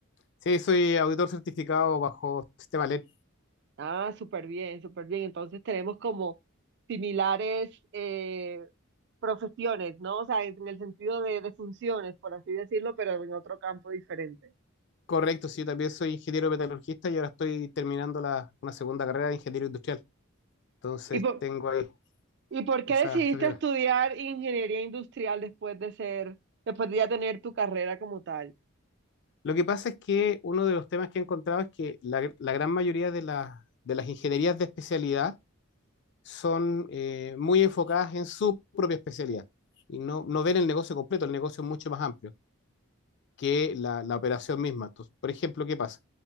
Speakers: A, on the left (about 55°); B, on the right (about 55°).
A: Sí, soy auditor certificado bajo sistema LED.
B: Ah, súper bien, súper bien. Entonces tenemos como similares eh, profesiones, ¿no? O sea, en el sentido de, de funciones, por así decirlo, pero en otro campo diferente.
A: Correcto, sí, yo también soy ingeniero metalurgista y ahora estoy terminando la, una segunda carrera de ingeniero industrial. Entonces
B: Y por,
A: tengo ahí
B: ¿Y por qué
A: esa,
B: decidiste
A: esa figura.
B: estudiar ingeniería industrial después de ser, después de ya tener tu carrera como tal?
A: Lo que pasa es que uno de los temas que he encontrado es que la, la gran mayoría de, las de las ingenierías de especialidad son eh, muy enfocadas en su propia especialidad y no, no ven el negocio completo, el negocio es mucho más amplio que la, la operación misma. Entonces, por ejemplo, ¿qué pasa?